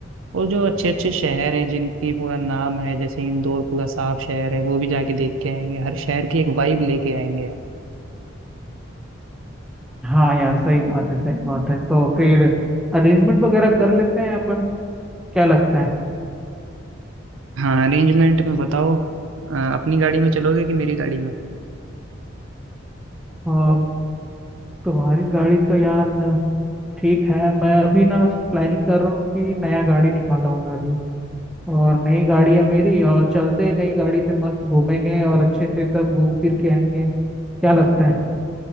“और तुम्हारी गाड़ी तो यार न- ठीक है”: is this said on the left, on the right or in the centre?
Centre